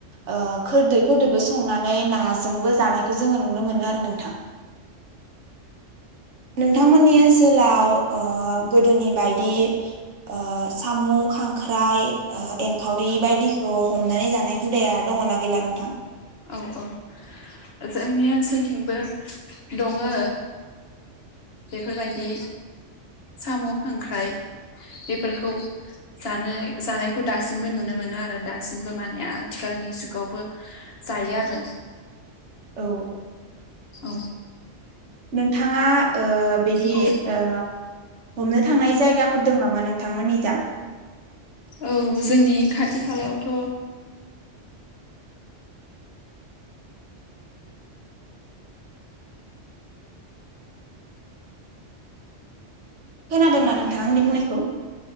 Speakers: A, on the right; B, on the left.
A: ओ खोरदैफोरदोबो संनानै ना जोंबो जानायखो जोङो नुनो मोनो आरो नोंथां। नोंथांमोननि ओनसोलाव ओ गोदोनि बायदि ओ सामु खांख्राइ एंखावरि बायदिखौ हमनानै जानाय हुदाया दङना गैला नोंथा?
B: औ औ जोंनि ओनसोलथिंबो दङो बेफोरबायदि साम' खांख्राइ बेफोरखौ जानो जानायखौ दासिमबो नुनो मोनो आरो दासिमबो माने आथिखालनि जुगावबो जायो आरो।
A: औ।
B: औ।
A: नोंथाङा ओ बिदि
B: औ
A: ओ हमनो थांनाय जायगाफोर दों नामा नों थांमोननिजा?
B: औ जोंनि खाथि खालायावथ'
A: खोनादोंना नोंथाङा आंनि बुंनायखौ?